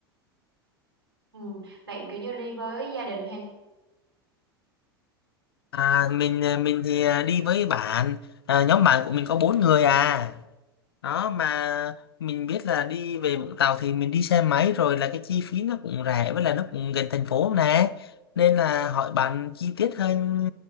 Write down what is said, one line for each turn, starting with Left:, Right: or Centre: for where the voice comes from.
Right: ừ, bạn kiểu như đi với gia đình hay
Left: À, mình mình thì à, đi với bạn, à, nhóm bạn của mình có bốn người à. đó mà mình biết là đi về Vũng Tàu thì mình đi xe máy rồi là cái chi phí nó cũng rẻ với là nó cũng gần thành phố nè nên là hỏi bạn chi tiết hơn